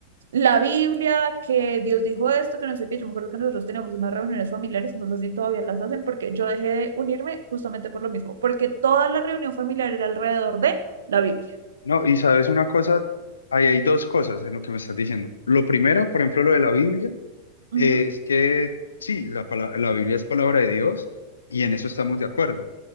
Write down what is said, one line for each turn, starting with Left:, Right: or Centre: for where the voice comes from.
Right: la Biblia, que Dios dijo esto, que no sé qué. Yo me acuerdo que nosotros teníamos unas reuniones familiares, no sé si todavía las hacen, porque yo dejé de unirme justamente por lo mismo, porque toda la reunión familiar era alrededor de la Biblia.
Left: no, y sabes una cosa, ahí hay dos cosas en lo que me estás diciendo. Lo primero, por ejemplo, lo de la Biblia,
Right: Ujú,
Left: es que sí, la, pala- la Biblia es palabra de Dios y en eso estamos de acuerdo